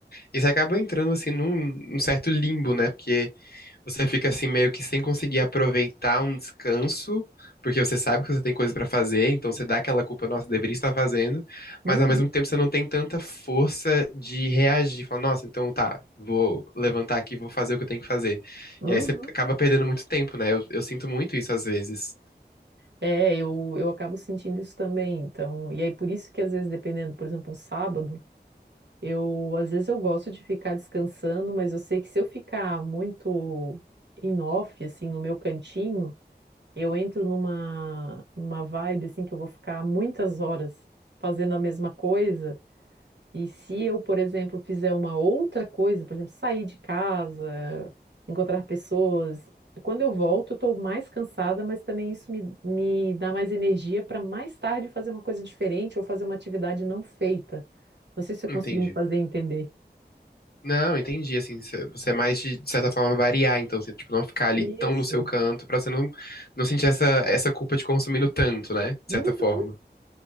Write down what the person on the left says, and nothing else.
E você acaba entrando assim num, num certo limbo, né? Porque Você fica assim meio que sem conseguir aproveitar um descanso, porque você sabe que você tem coisa pra fazer, então você dá aquela culpa, nossa, deveria estar fazendo,
mas ao mesmo tempo você não tem tanta força de reagir, falar, nossa, então tá, vou levantar aqui, vou fazer o que eu tenho que fazer.
E aí você acaba perdendo muito tempo, né? Eu, eu sinto muito isso às vezes.
Entendi.
Não, entendi, assim, cê- você é mais de, de certa forma variar, então, assim, tipo, não ficar ali
tão no seu canto, pra você não, não sentir essa, essa culpa de consumindo tanto, né? De certa
forma.